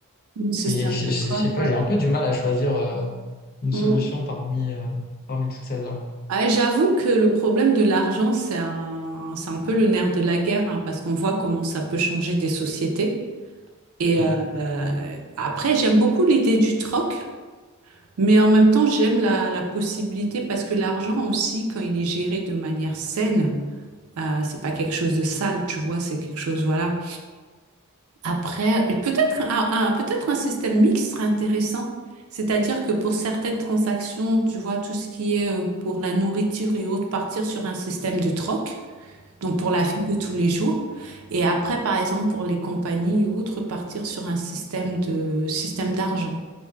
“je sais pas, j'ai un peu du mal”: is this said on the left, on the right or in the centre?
Left